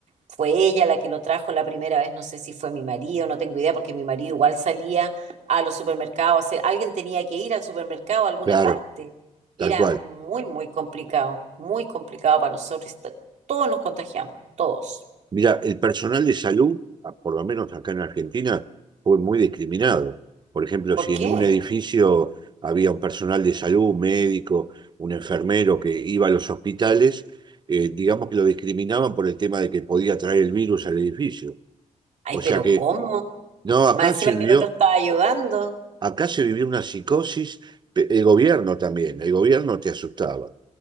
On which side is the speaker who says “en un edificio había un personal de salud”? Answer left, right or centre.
Right